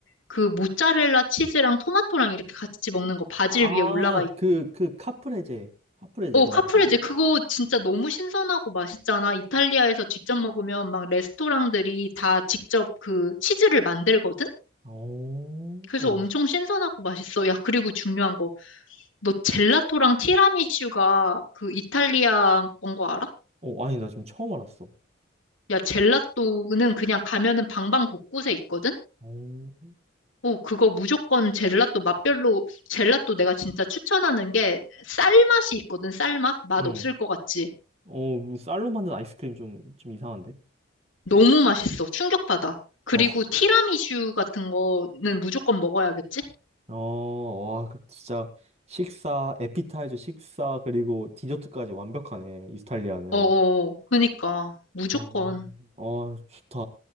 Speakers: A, on the left (about 75°); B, on the right (about 30°).
A: 그 모짜렐라 치즈랑 토마토랑 이렇게 같이 먹는 거 바질
B: 아,
A: 위에 올라가 있고.
B: 그, 그, 카프레제. 카프레제,
A: 어,
B: 그
A: 카프레제
B: 맞지?
A: 그거 진짜 너무 신선하고 맛있잖아. 이탈리아에서 직접 먹으면 막 레스토랑들이 다 직접 그 치즈를 만들거든?
B: 오,
A: 그래서 엄청 신선하고 맛있어. 야, 그리고 중요한 거. 너 젤라또랑 티라미슈가 그 이탈리아 건 거 알아?
B: 어, 아니, 나 지금 처음 알았어.
A: 야, 젤라또는 그냥 가면은 방방 곳곳에 있거든?
B: 오,
A: 어, 그거 무조건 젤라또 맛별로, 젤라또 내가 진짜 추천하는 게 쌀맛이 있거든, 쌀 맛? 맛
B: 응.
A: 없을 것 같지?
B: 어, 쌀로 만든 아이스크림 좀, 좀 이상한데?
A: 너무 맛있어. 충격받아. 그리고
B: 어,
A: 티라미슈 같은 거는 무조건 먹어야겠지?
B: 어, 와, 그 진짜 식사, 에피타이저 식사, 그리고 디저트까지 완벽하네, 이탈리아는.
A: 어어, 그니까. 무조건.
B: 어, 어, 좋다.